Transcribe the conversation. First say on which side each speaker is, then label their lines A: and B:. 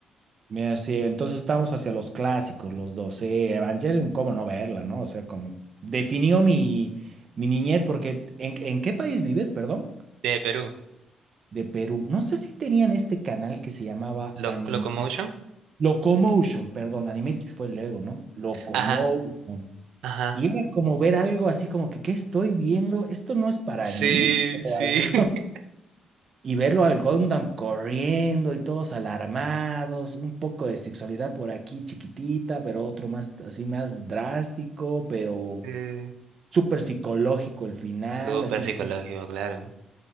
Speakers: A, on the right (about 45°); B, on the right (about 80°).
A: Mira, sí, entonces estamos hacia los clásicos, los dos. Sí, Evangelion, cómo no verla, ¿no? O sea, como definió mi, mi niñez, porque ¿en, en qué país vives, perdón?
B: De Perú,
A: De Perú. No sé si tenían este canal que se llamaba
B: Loc-
A: Anime.
B: Locomotion.
A: Locomotion, perdón, Animatrix fue luego, ¿no? Locomotion.
B: Ajá, ajá.
A: Y era como ver algo así como que, ¿qué estoy viendo? Esto no es para
B: Sí,
A: niños. O
B: sí.
A: así.
B: <laughs>
A: Y verlo al Gundam corriendo y todos alarmados, un poco de sexualidad por aquí chiquitita, pero otro más así más drástico, pero
B: Eh,
A: súper psicológico el final,
B: Súper
A: así
B: psicológico,
A: como
B: claro.